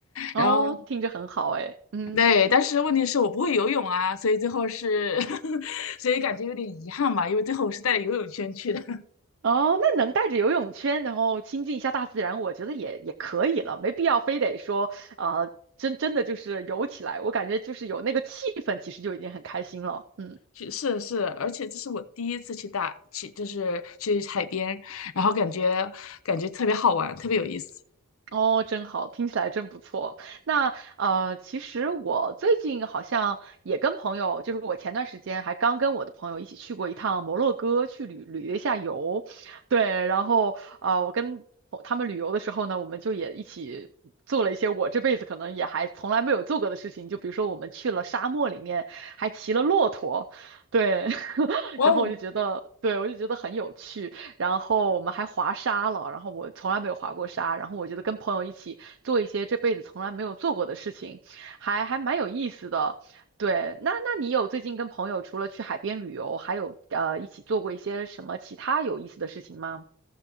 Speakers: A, on the right; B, on the left.
A: 哦，
B: 然后。
A: 听着很好诶。嗯
B: 对，但是问题是我不会游泳啊，所以最后是，<laughs> 所以感觉有点遗憾吧，因为最后我是带着游泳圈去的。<laughs>
A: 哦，那能带着游泳圈，然后亲近一下大自然，我觉得也也可以了，没必要非得说，呃，真真的就是游起来，我感觉就是有那个气氛，其实就已经很开心了。嗯。
B: 去是是，而且这是我第一次去大去，就是去海边，然后感觉感觉特别好玩，特别有意思。
A: 哦，真好，听起来真不错。那呃，其实我最近好像也跟朋友，就是我前段时间还刚跟我的朋友一起去过一趟摩洛哥，去旅旅了一下游。对，然后呃，我跟我他们旅游的时候呢，我们就也一起做了一些我这辈子可能也还从来没有做过的事情，就比如说我们去了沙漠里面，还骑了骆驼，对，<laughs>
B: 哇哦，
A: 然后我就觉得，对，我就觉得很有趣。然后我们还滑沙了，然后我从来没有滑过沙，然后我觉得跟朋友一起做一些这辈子从来没有做过的事情，还还蛮有意思的。对，那那你有最近跟朋友除了去海边旅游，还有呃一起做过一些什么其他有意思的事情吗？